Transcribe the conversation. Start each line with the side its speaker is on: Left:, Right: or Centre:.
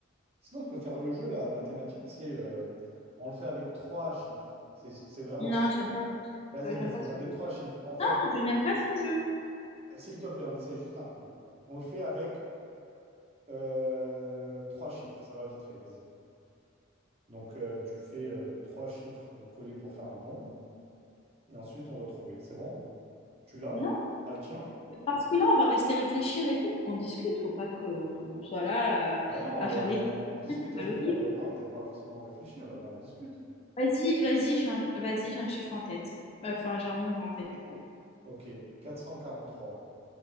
Right: Sinon, on peut faire le jeu là, mathématique, tu sais, euh, on le fait avec trois chiffres. C'est c'est vraiment
Left: Non,
Right: ça.
Left: j'aime pas,
Right: Vas-y,
Left: euh,
Right: vas-y,
Left: j'aime pas ce
Right: avec
Left: jeu.
Right: trois chiffres. On fait
Left: Non,
Right: avec
Left: je n'aime pas ce jeu.
Right: Euh, S'il te plaît, on essaie juste un peu. On le fait avec euh, trois chiffres, ça va vite fait, vas-y. Donc euh, tu fais euh, trois chiffres collés pour faire un nombre, et ensuite on doit trouver. C'est bon? Tu l'as?
Left: Non,
Right: T'as le tien?
Left: mais parce que là, on va rester réfléchir et tout. Faut qu'on discute. Faut pas qu'on on soit là euh,
Right: Bah non,
Left: à
Right: euh,
Left: faire
Right: on,
Left: les
Right: on discute à
Left: à
Right: chaque
Left: l'olive.
Right: fois. Ben non, t'es pas forcément à réfléchir, là on discute.
Left: Vas-y, vas-y, j'ai un, vas-y, j'ai un chiffre en tête. Enfin, j'ai un nombre en tête, du coup.
Right: Ok, Quatre cent quarante-trois.